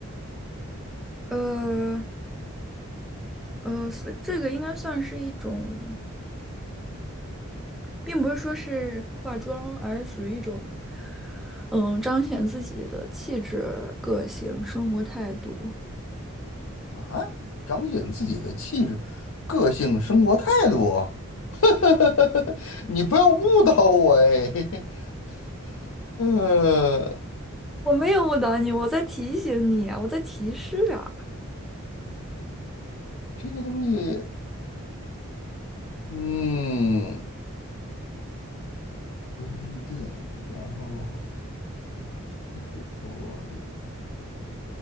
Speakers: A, in the centre; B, on the left.
A: 呃呃，所以这个应该算是一种，并不是说是化妆，而是属于一种，嗯，彰显自己的气质、个性、生活态度。
B: 啊，彰显自己的气质、个性、生活态度。<laughs> 你不要误导我哎，<laughs> 呃，
A: 我没有误导你，我在提醒你啊，我在提示啊。
B: 这个东西，嗯，不用电，然后这是玻璃，